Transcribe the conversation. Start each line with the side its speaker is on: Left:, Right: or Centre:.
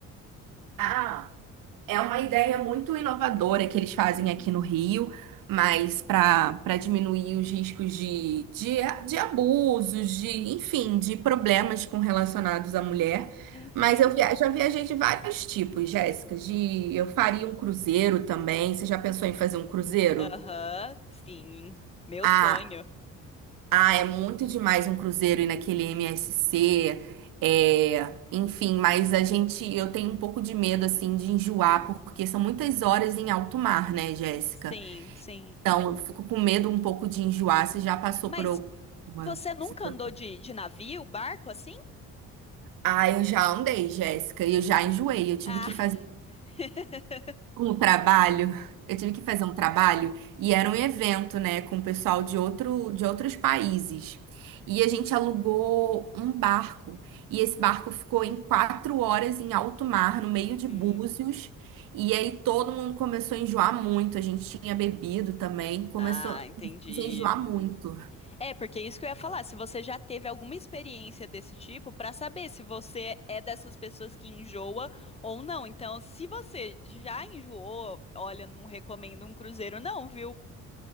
Right: Ah. É uma ideia muito inovadora que eles fazem aqui no Rio, mas para para diminuir os riscos de, de, de abusos, de, enfim, de problemas com relacionados à mulher.
Left: Uhum.
Right: Mas eu via- já viajei de vários tipos, Jéssica. De, eu faria um cruzeiro também. Você já pensou em fazer um cruzeiro?
Left: Aham, sim. Meu
Right: Ah,
Left: sonho.
Right: ah, é muito demais um cruzeiro ir naquele MSC, é, enfim, mas a gente, eu tenho um pouco de medo assim de enjoar, porque são muitas horas em alto mar, né, Jéssica?
Left: Sim, sim.
Right: Então, eu fico com medo um pouco de enjoar. Você já passou
Left: Mas
Right: por alguma
Left: você nunca
Right: situação?
Left: andou de, de navio, barco assim?
Right: Ah, eu já andei, Jéssica, e eu já enjoei. Eu tive
Left: Ah.
Right: que fazer
Left: <laughs>
Right: com o trabalho, eu tive que fazer um trabalho e era um evento, né, com o pessoal de outro, de outros países. E a gente alugou um barco e esse barco ficou em quatro horas em alto mar, no meio
Left: Uhum.
Right: de Búzios. E aí todo mundo começou a enjoar muito. A gente tinha bebido também, começou
Left: Ah, entendi.
Right: começou a enjoar muito.
Left: É, porque é isso que eu ia falar, se você já teve alguma experiência desse tipo, pra saber se você é dessas pessoas que enjoa ou não. Então, se você já enjoou, olha, não recomendo um cruzeiro não, viu?